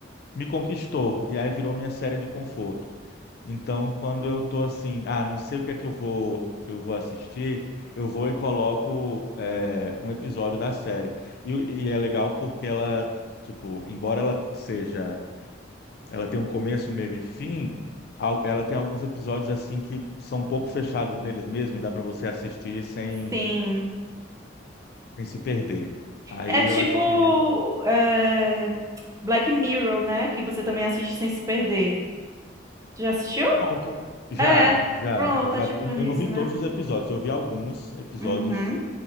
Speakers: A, on the left; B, on the right.
A: me conquistou e aí virou minha série de conforto. Então, quando eu tô assim, ah, não sei o que é que eu vou, eu vou assistir, eu vou e coloco é, um episódio da série. E, e é legal porque ela, tipo, embora ela seja, ela tem um começo, meio e fim, al- ela tem alguns episódios assim que são um pouco fechados neles mesmos e dá para você assistir sem,
B: Sim.
A: sem se perder. Aí
B: É tipo
A: eu acho que
B: é, Black Mirror, né? Que você também assiste sem se perder. Tu já assistiu?
A: pronto, já,
B: É,
A: já,
B: pronto,
A: eu já,
B: é tipo
A: eu
B: isso,
A: eu não vi todos
B: né?
A: os episódios, eu vi alguns episódios
B: Uhum.